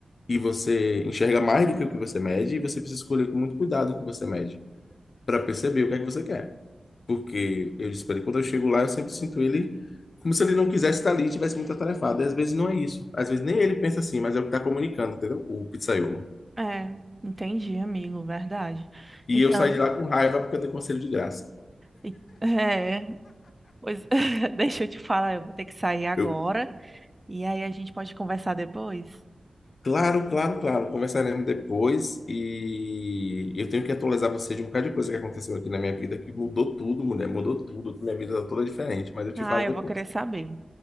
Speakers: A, on the left; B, on the right.
A: e você enxerga mais do que o que você mede, e você precisa escolher com muito cuidado o que você mede, para perceber o que é que você quer. Porque eu disse para ele, quando eu chego lá, eu sempre sinto ele como se ele não quisesse estar ali e tivesse muito atarefado. E às vezes não é isso. Às vezes nem ele pensa assim, mas é o que está comunicando, entendeu? O pizzaiolo.
B: É, entendi, amigo, verdade.
A: E
B: Então,
A: eu saí de lá com raiva porque eu dei conselho de graça.
B: e- é, pois <laughs> deixa eu te falar, eu vou ter que sair agora
A: Eu,
B: e aí a gente pode conversar depois.
A: Claro, claro, claro. Conversaremos depois e eu tenho que atualizar você de um bocado de coisa que aconteceu aqui na minha vida, que mudou tudo, mulher, mudou tudo. Minha vida tá toda diferente, mas eu te
B: Ah,
A: falo
B: eu
A: depois.
B: vou querer saber.